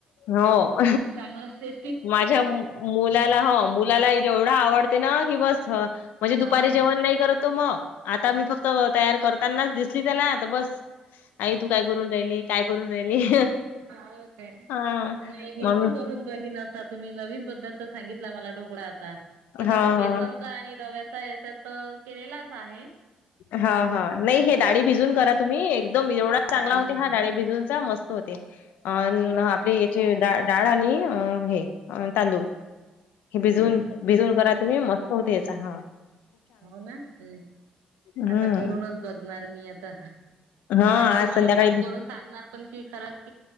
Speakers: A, on the left; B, on the right.
A: हो.
B: चांगलं ते
A: माझ्या मु मुलाला हो मुलाला ही देवढा आवडते ना की बस हा म्हणजे दुपारी
B: हाव
A: जेव वन पण नाही करतो मग आता मी फक्त तयार करतानाच दिसली त्याला तर बस आई तू काय करून राहिली काय करून राहिली.
B: हाव नाही
A: हां.
B: मी
A: मग
B: पण करून बघीन आता. तुम्ही नवीन पद्धतचा सांगितला मला ढोकळा आता तसं
A: हां,
B: आता बेसन
A: हां.
B: च्या आणि रव्याचा याच्या तर केलेलाच आहे.
A: हा हा नाही हे डाळी भिजून करा तुम्ही एकदम एवढा चांगला
B: डाळी
A: होते
B: भिजून
A: हा डाळी भिजूनचा मस् त होते अन हा आपले याचे डा डाळ आणि अ हे तांदूळ हे भिजवून भिजवून करा
B: हो ना
A: तुम्ही मस्त होते याचा हा.
B: हो ना हम्म.
A: हं,
B: आता करूनच बघणार मी आता
A: हां,
B: आणि तुम्हाला
A: आज संध्याकाळी
B: फोन करून सांगणार पण कि खरच